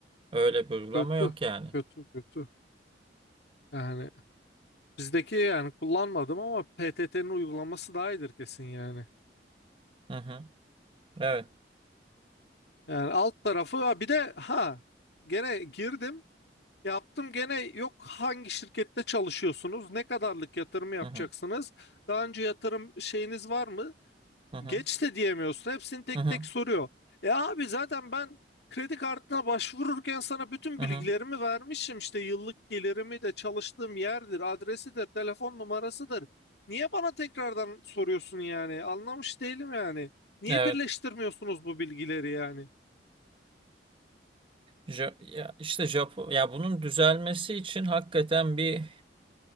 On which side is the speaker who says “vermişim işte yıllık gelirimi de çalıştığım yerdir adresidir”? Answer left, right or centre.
Left